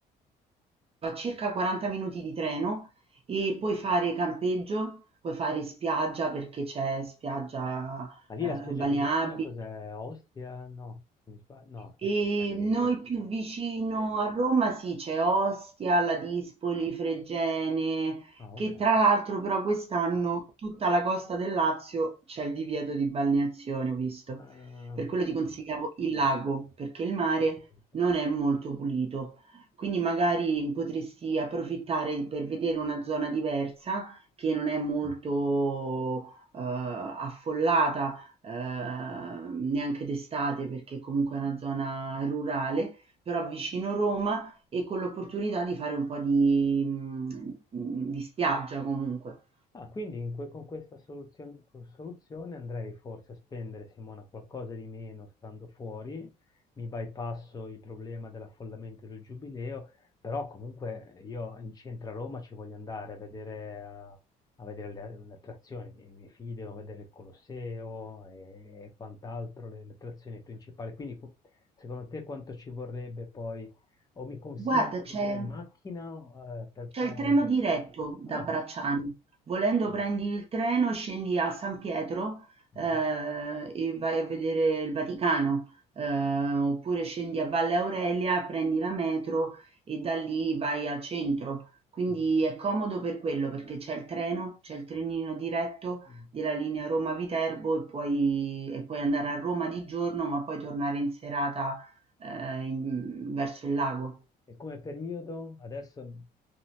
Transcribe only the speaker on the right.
circa 40 minuti di treno e puoi fare campeggio, puoi fare spiaggia perché c'è spiaggia,
ehm,
balneabile
e
noi più vicino a Roma sì, c'è Ostia, la Dispoli, Fregene,
che tra l'altro però quest'anno tutta la costa del Lazio c'è il divieto di balneazione, ho visto.
Per quello ti consigliavo il lago, perché il mare
non è molto pulito. Quindi magari potresti approfittare per vedere una zona diversa che non è molto eh, affollata ehm, neanche d'estate perché comunque è una zona rurale, però vicino Roma e con l'opportunità di fare un po' di, mhmm, di spiaggia comunque.
Guarda,
c'è
C'è
il treno diretto da
Bracciano, volendo
prendi il treno, scendi a San Pietro, eh,
e vai a vedere il Vaticano, eh, oppure scendi a Valle Aurelia, prendi la metro e da lì vai al centro. Quindi
è comodo per quello, perché c'è il treno, c'è il trenino diretto
della linea Roma-Viterbo e puoi, e puoi andare a Roma di giorno, ma poi tornare in serata, eh, in- verso il lago.